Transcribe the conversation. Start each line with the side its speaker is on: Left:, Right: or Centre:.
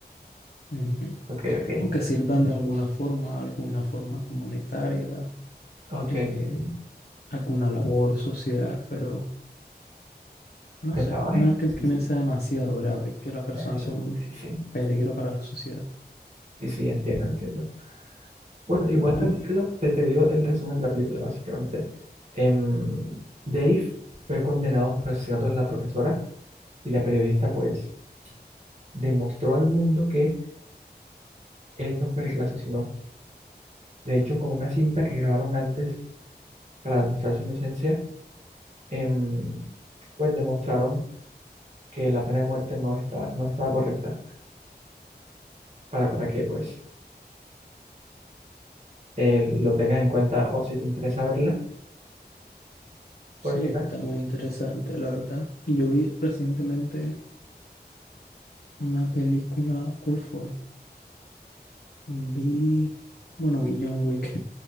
Left: Ujú.
Right: Ok, ok, entiendo.
Left: O que sirvan
Right: entiendo.
Left: de alguna forma, alguna forma comunitaria,
Right: Ok,
Left: eh,
Right: ok.
Left: alguna labor social, pero no
Right: Aunque
Left: sé,
Right: trabajen.
Left: a menos que
Right: Sí,
Left: el crimen
Right: sí.
Left: sea demasiado grave, que la persona
Right: Exacto,
Left: sea un
Right: sí, sí.
Left: peligro para la sociedad.
Right: Sí, sí, entiendo, entiendo. Bueno, igual
Left: Pero bueno.
Right: la película, te, te digo el resumen de la película, básicamente. Em, Dave fue condenado por el asesinato de la profesora y la periodista, pues, demostró al mundo que él no fue el que la asesinó. De hecho, con una cinta que grabaron antes para demostrar su inocencia, em, pues demostraron que la pena de muerte no está, no estaba correcta para, para que, pues, eh, lo tengas en cuenta o si te interesa verla,
Left: Sí,
Right: por si
Left: está
Right: acaso.
Left: muy interesante, la verdad. Yo vi recientemente una película, ¿cuál fue? Vi, bueno, vi John Wick,